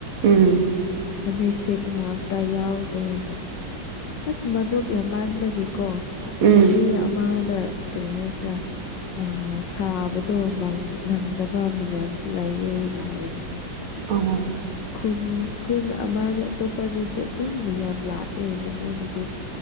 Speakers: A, on the right; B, on the left.
A: ꯎꯝ
B: ꯐꯅꯦꯛ ꯁꯦꯠ ꯅꯤꯡꯉꯥꯏ ꯑꯃꯇ ꯌꯥꯎꯗꯦꯅ꯫ ꯑꯁ ꯃꯔꯨꯞ ꯌꯥꯝ ꯃꯥꯟꯕꯒꯤꯀꯣ
A: ꯎꯝ
B: ꯆꯍꯤ ꯑꯃꯗ ꯀꯔꯤ ꯍꯥꯏꯁꯤꯔ ꯑꯥ꯫ ꯁꯥꯕꯗꯣ ꯅꯪꯗꯕ ꯃꯤꯌꯥꯝꯁꯨ ꯂꯩꯌꯦꯅ ꯍꯥꯏꯕꯅꯦ꫰꫰
A: ꯑꯣ꯫
B: ꯈꯨꯟ ꯈꯨꯟ ꯑꯃꯗ ꯑꯇꯣꯞꯄꯗꯁꯨ ꯑꯗꯨꯝ ꯃꯤ ꯌꯥꯝ ꯂꯥꯛꯑꯦ꯫ ꯑꯩꯉꯣꯟꯗꯗꯤ